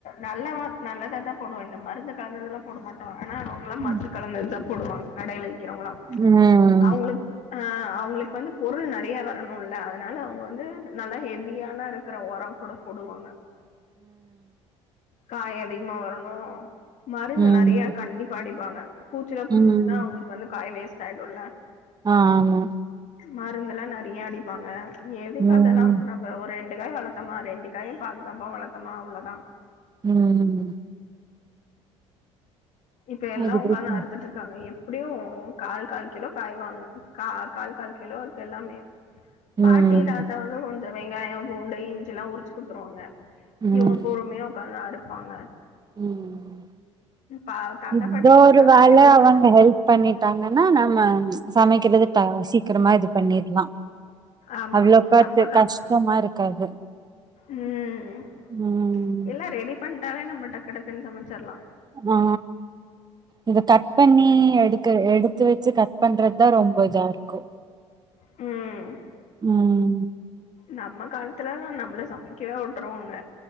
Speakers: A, on the left; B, on the right.
A: நல்ல நல்லதா தா போடுவோ இந்த மருந்து கலந்ததெல்லா போட மாட்டோ ஆனா அவங்கல்லா. மருந்து
B: ம்
A: கலந்தது தா போடுவாங்க கடையில விக்கிறவங்களா
B: ம்
A: அவங்களுக்கு ஆ அவங்களுக்கு வந்து பொருள் நெறைய வரணும்ல அதனால அவங்க வந்து நல்லா ஹெவியான இருக்குற உர கூட போடுவாங்க காய் அதிகமா வரணு மருந்து
B: ம்
A: நெறைய கண்டிப்பா அடிப்பாங்க பூச்சிலா புடிச்சிச்சுன்னா
B: ம்
A: அவங்களுக்கு வந்து காய் வேஸ்ட் ஆயிடும்ல
B: ஆ ஆமா
A: மருந்துல்லா நெறைய அடிப்பாங்க எதுக்கு
B: ம்
A: அதுல்லா ஒரு ரெண்டு காய் வளத்தம்மா ரெண்டு காய் பாதுகாப்பா வளத்தமா அவுளோதா
B: ம்
A: இப்ப எல்லா
B: அதுக்கு
A: உக்காந்து அறுத்துட்டு காங்க எப்புடியு கால் கால் கிலோ காய்வாங்க கா கால் கால் கிலோக்கு எல்லாமே பாட்டி
B: ம்
A: தாத்தா வந்து கொஞ்ச வெங்காயோ பூண்டு இஞ்சில்லா உரிச்சு குடுத்துருவாங்க
B: ம்
A: இவுங்க பொறும்யா உக்காந்து அறுப்பாங்க
B: ம்
A: பா தாத்தா
B: இத்தோ
A: பாட்டி இருக்கறதுனால
B: ஒரு வேல
A: அப்டியே வுட்டுட்டே
B: அவங்க ஹெல்ப் பண்ணிட் ட்டாங்கன்னா நம்ம சமக்கறது த சீக்கிரமா இது பண்ணிட்லா
A: ஆமா
B: அவ்ளோகா
A: நம்ப
B: அது
A: கா
B: கஷ்ட்டமா இருக்காது
A: ம்
B: ம்
A: எல்லா ரெடி பண்ட்டாலே நம்ம டக்கு டக்குன் சமச்சற்லா
B: ஆ இது கட் பண்ணி எடுக்க எடுத்து வெச்சு கட் பண்றத்தா ரொம்ப இதா இருக்கு
A: ம்
B: ம்
A: நம்ம கால்த்துலா நம்ள சமக்கவே உட்டுருவாங்க